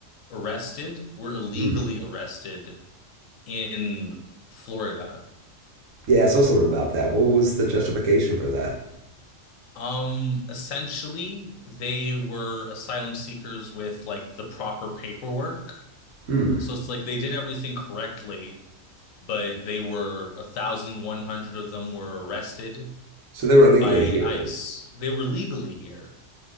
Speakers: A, on the left; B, on the right.
A: arrested, were illegally
B: Hmm.
A: arrested in Florida.
B: Yeah, I saw something about that. What was the justification for that?
A: Um, essentially, they were asylum seekers with like the proper paperwork.
B: Hmm.
A: So it's like they did everything correctly, but they were 1,100 of them were arrested
B: So they were
A: by
B: illegally here.
A: ICE. They were legally here.